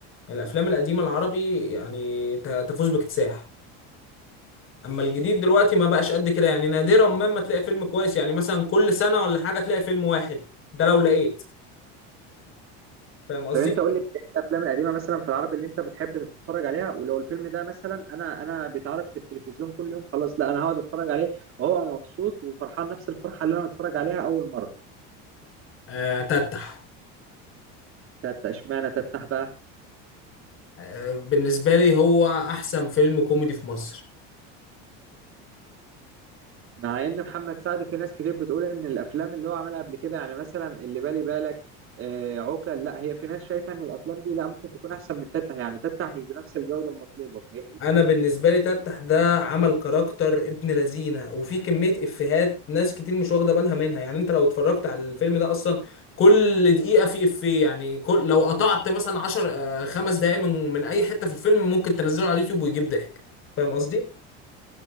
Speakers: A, on the left; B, on the right.
A: يعني الافلام القديمه العربي يعني ت- تفوز باكتساح اما الجديد دلوقتي ما بقاش قد كده يعني نادرا ما ما تلاقي فيلم كويس يعني مثلا كل سنه ولا حاجه تلاقي فيلم واحد ده لو لقيت فاهم قصدي
B: طب انت قول لي انت إيه الافلام القديمه مثلا في العربي اللي انت بتحب تتفرج عليها ولو الفيلم ده مثلا انا انا بيتعرض في التلفزيون كل يوم خلاص لا انا هقعد اتفرج عليه وهو مبسوط وفرحان نفس الفرحه اللي انا متفرج عليها اول مره
A: آه تتح
B: تتة اشمعنى تتح بقى
A: آه بالنسبه لي هو احسن فيلم كوميدي في مصر
B: مع ان محمد سعد في ناس كتير بتقول ان الافلام اللي هو عملها قبل كده يعني مثلا اللي بالي بالك آه، عوكل لا هي في ناس شايفه ان الافلام دي لا ممكن تكون احسن من تتح يعني تتح مش بنفس الجوده المطلوبه فاهمني
A: انا بالنسبه لي تفتح ده عمل كاركتر ابن لذينه وفي كميه افيهات ناس كتير مش واخده بالها منها يعني انت لو اتفرجت على الفيلم ده اصلا كل دقيقه في افيه يعني كل لو قطعت مثلا 10 خمس دقائق من من اي حته في الفيلم ممكن تنزله على اليوتيوب ويجيب ضحك فاهم قصدي